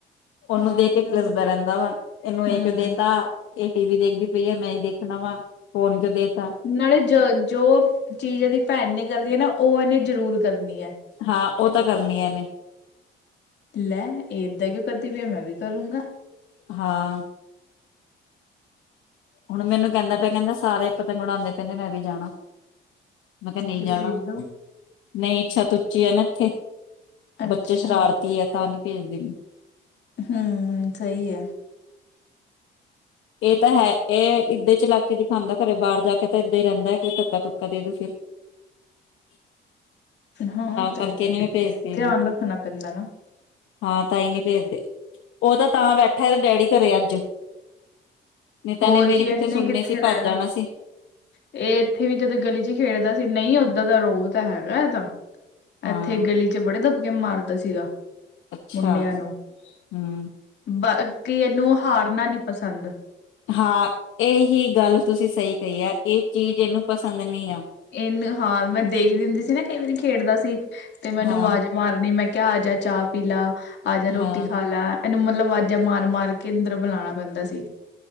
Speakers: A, on the left; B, on the left.
A: ਓਨੂੰ
B: ਹਾਂ
A: ਦੇ
B: ਉਹ ਤੇ
A: ਕੇ
B: ਗੱਲ
A: ਕਲੱਸਦਾ
B: ਹੈ
A: ਰੈਂਦਾ ਵਾ, ਏਨੂੰ
B: ਹੂੰ।
A: ਏ ਕਿਓ ਦੇ ਤਾ ਏ ਟੀ ਵੀ ਦੇਖਦੀ ਪਈ ਆ, ਮੈਂ ਈ ਦੇਖਨਾ ਵਾ ਫੋਨ ਕਯੋ ਦੇਤਾ।
B: ਨਾਲੇ ਜ ਜੋ ਚੀਜ਼ ਏਦੀ ਭੈਨ ਨੇ ਕਰਨੀ ਏ ਨਾ, ਓ ਐਨੇ ਜ਼ਰੂਰ ਕਰਨੀ ਐ।
A: ਹਾਂ, ਓ ਤਾ ਕਰਨੀ ਐ ਐਨੇ
B: ਲੈ ਏ ਏੱਦਾ ਕਿਉਂ ਕਰਦੀ ਪਈਆ, ਮੈਂ ਵੀ ਕਰੂੰਗਾ।
A: ਹਾਂ। ਹੁਣ ਮੈਨੂੰ ਕੈਂਦਾ ਪੇਆ ਕੈਂਦਾ ਸਾਰੇ ਪਤੰਗ ਉਡਾਂਦੇ ਪਏ ਮੈਂ ਵੀ ਜਾਣਾ। ਮੈਂ ਕੇਆ ਨਈ
B: ਫਿਰ
A: ਜਾਨਾ,
B: ਭੇਜ ਦੋ।
A: ਨਈ ਛੱਤ ਉੱਚੀ ਐ ਨਾ ਇੱਥੇ
B: ਅੱਛਾ
A: ਬੱਚੇ ਸ਼ਰਾਰਤੀ ਆ, ਤਾਂ ਨੀ ਪੇਜਦੀ ਪੀ।
B: ਹੂੰ, ਸਈ ਐ।
A: ਏ ਤਾ ਹੈ, ਏ ਇੱਦੇ ਚਲਾਕੀ ਦਿਖਾਂਦਾ ਘਰੇ, ਬਾਰ ਜਾ ਕੇ ਤਾਂ ਏੱਦਾ ਹੀ ਰੈਂਦੈ, ਕੋਈ ਧੱਕਾ-ਧੁਕਾ ਦੇ ਦੂ ਫਿਰ <inaudible>
B: ਹਾਂ, ਏ ਤਾਂ
A: ਕਰਕੇ
B: ਹੈ।
A: ਨੀ ਮੈਂ ਭੇਜਦੀ ਇਹਨੂੰ
B: ਧੇਆਨ ਰੱਖਨਾ ਪੈਂਦਾ ਨਾ
A: ਹਾਂ, ਤਾਂਈਂ ਨੀ ਪੇਜਦੇ, ਓ ਤਾ ਤਾਂ ਬੈਠਾ ਏਦਾ ਡੈਡੀ ਘਰੇ, ਅੱਜ। ਨਹੀਂ ਤਾਂ
B: ਹੋਰ
A: ਇਹਨੇ ਮੇਰੀ
B: ਕੀ ਐਨੇ
A: ਸੁਣਨੀ
B: ਕਿੱਥੇ
A: ਸੀ
B: ਰੈਣਾ।
A: ਭੱਜ ਜਾਣਾ ਸੀ
B: ਏ ਏਥੇ ਵੀ ਜਦੋਂ ਗਲੀ ਚ ਖੇਡਦਾ ਸੀ, ਨਈ ਓਦਾਂ ਦਾ ਰੋਬ ਤੇ ਹੈਗੈ ਐਦਾ।
A: ਹਾਂ
B: ਐਥੇ ਗਲੀ ਚ ਬੜੇ ਦੱਬਕੇ ਮਾਰਦਾ ਸੀਗਾ।
A: ਅੱਛਾ
B: ਮੁੰਡੇਆਂ ਨੂੰ,
A: ਹਮ
B: ਬਾਕੀ ਇਨੂੰ ਹਾਰਨਾ ਨੀ ਪਸੰਦ।
A: ਹਾਂ, ਏਹੀ ਗੱਲ ਤੁਸੀ ਸਈ ਕਈ ਐ, ਏ ਚੀਜ਼ ਏਨੂੰ ਪਸੰਦ ਨੀ ਆ।
B: ਏੱਨ ਹਾਂ ਮੈਂ ਦੇਖਦੀ ਹੁੰਦੀ ਸੀ ਨਾ ਕਈਂ ਵਾਰੀ ਖੇਡਦਾ ਸੀ, ਤੇ ਮੈਨੂੰ
A: ਹਾਂ
B: ਵਾਜ ਮਾਰਨੀ ਮੈਂ ਕੇਆ ਆਜਾ ਚਾ ਪੀ ਲਾ, ਆਜਾ ਰੋਟੀ
A: ਹਾਂ
B: ਖਾ ਲੈ। ਐਨੂੰ ਮਲਬ ਵਾਜ਼ਾਂ ਮਾਰ-ਮਾਰ ਕੇ ਅੰਦਰ ਬੁਲਾਣਾ ਪੈਂਦਾ ਸੀ,